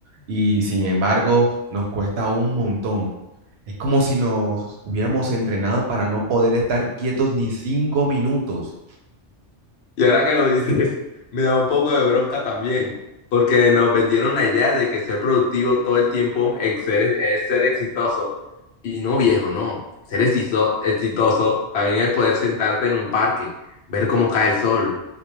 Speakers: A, on the right; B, on the left.
A: Y sin embargo, nos cuesta un montón. Es como si nos hubiéramos entrenado para no poder estar quietos ni cinco minutos.
B: Y ahora que lo dices, <laughs> me da un poco de bronca también, porque nos vendieron la idea de que ser productivo todo el tiempo es ser, es ser exitoso. Y no, viejo, no. Ser exito- exitoso también es poder sentarte en un parque, ver cómo cae el sol,